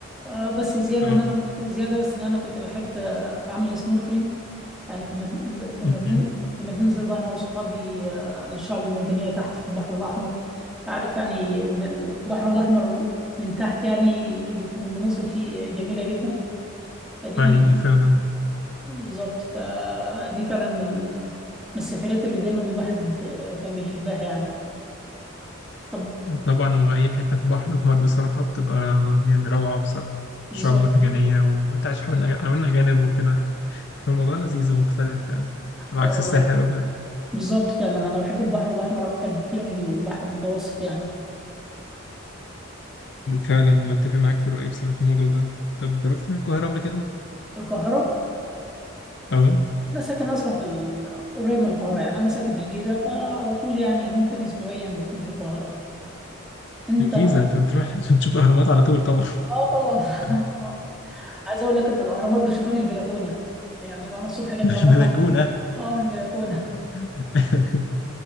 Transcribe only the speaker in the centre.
آه، بس زياده
ان انا ك- زياده بس ان انا كنت بحب آه، اعمل سنوركلينج يعني كنا بن- كنا
بن-
كنا بننزل بقى انا واصحابي آه، للشعب المرجانيه تحت في البحر الاحمر تعرف يعني ان البحر الاحمر من تحت يعني بيكون المناظر فيه جميله جدا فدي
من
بالظبط فدي فعلا من ال- من السفريات اللي دايما الواحد آه، كان بيحبها يعني طب
بالظبط
اه
والله
بالظبط فعلا انا بحب البحر الاحمر اكتر بكتير من البحر المتوسط يعني
القاهره
انا ساكن اصلا في ال- قريب من القاهره يعني انا ساكن في الجيزه فعلى طول يعني ممكن اسبوعيا بكون في القاهره انت
اه طبعا <laughs>
عايز اقول لك ان الاهرامات بشوفها من البلكونه يعني وانا الصبح كده
لما
اطلع اه من البلكونه